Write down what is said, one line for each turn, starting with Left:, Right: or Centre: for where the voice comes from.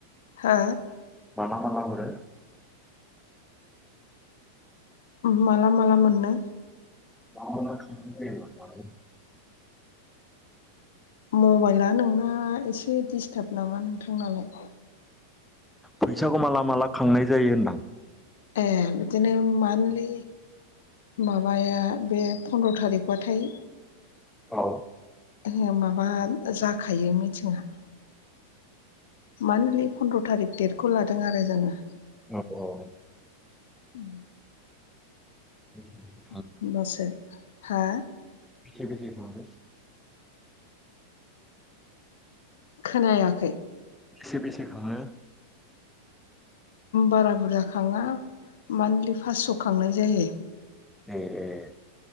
Left: हो?
Centre: माला माला हरो?
Left: माला माला मोननो!
Centre: न ख <unintelligible>
Left: मबाइला नोंना एसे डिस्टार्ब नामा नोंथांनालाय?
Centre: फैसाखौ माला माला खांनाय जायो होनदां?
Left: ए बिदिनो मान्थलि माबाया बे फन्द्र' थारिकबाथाय
Centre: औ
Left: ए माबा जाखायो मिथिंआ। मान्थलि पन्द्र' थारिक दडेटखौ लादों आरो जोङो।
Centre: औ औ
Left: उम
Centre: नि
Left: होमबासो हा?
Centre: बेसे बेसे खाङो
Left: खोनायाखै।
Centre: बेसे बेसे खाङो?
Left: बारा बुरजा खाङा मान्थलि फास्स' खांनाय जायो।
Centre: ए